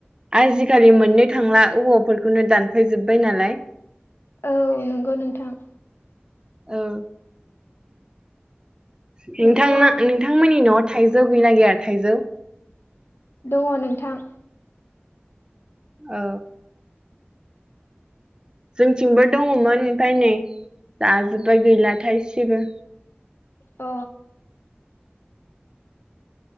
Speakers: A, on the right; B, on the left.
A: आजिखालि मोननो थांला औबवाफोरखौनो दान फैजोब्बाय नालाय।
B: औ नंगौ नोंथां।
A: औ नोंथां
B: नोंथाङा
A: नोंथांमोननि न'आव थाइजौ गैगोनना गैया थाइजौ?
B: दङ नोंथां।
A: औ। जोंथिंबो दङमोन ओमफ्राय नै जाजोब्बाय गैलाथायसेबो।
B: अ!